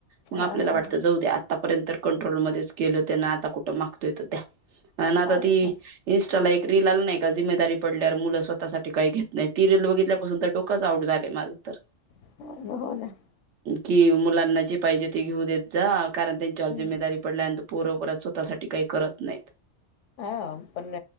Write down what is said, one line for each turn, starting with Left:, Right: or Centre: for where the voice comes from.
Right: मग
Left: हा
Right: आपल्याला
Left: हा हा
Right: वाटतं जाऊ द्या आ आतापर्यंत कंट्रोलमध्येच केलं त्यानं आता कुठं मागतोये त द्या आन् आता
Left: हो ना
Right: ती
Left: हो
Right: इन्स्टाला एक रील आली नाही का, जिम्मेदारी पडल्यावर मुलं स्वतःसाठी काही घेत नाही ती रील बघितल्यापासून तर डो कच आऊट झाले माझं तर.
Left: <unintelligible>
Right: की मुलांना जे पाहिजे ते घेऊ देत जा, कारण त्यांच्यावर
Left: हम्म.
Right: जिम्मेदारी पडल्यानंतर पोरं बर स्वतःसाठी काही करत नाही.
Left: हा पण